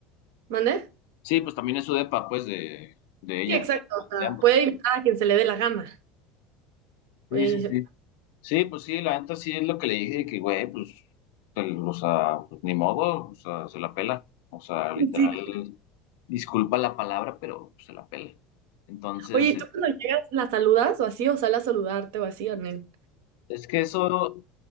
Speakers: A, on the right; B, on the left.
A: ¿Mande?
B: Sí, pues también es su depa, pues, de, de ella,
A: Sí, exacto. O sea,
B: de ambos.
A: puede invitar a quien se le dé la gana.
B: Sí,
A: Oye,
B: sí, sí. Sí, pues sí, la neta sí es lo que le dije, que güey, pues, el- o sea, pues, ni modo, o sea, se la pela. O sea, literal,
A: <laughs>
B: disculpa la palabra, pero pues, se la pela. Entonces,
A: Oye, ¿y
B: es
A: tú cuando llegas, la saludas o así, o sale a saludarte o así, Anel?
B: es que eso.